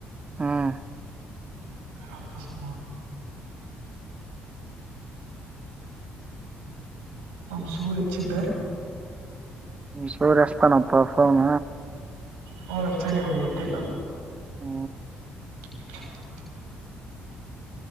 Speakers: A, on the right (about 25°); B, on the right (about 85°).
A: ಹ್ಮ್
B: ಅವಕ್ಕೆ ಸ ಅವಮ್ಮ ಸೂರ್ ಹೆಚ್ಚಿದ್ದ
A: ಹ್ಮ ಸೌಸ್ತಾನ ಪರ್ಫನ್
B: ಹ ನಚೆ ನೀವು ಎತ್ತಿಲ್ಲ
A: ಹ್ಮ
B: <inaudible>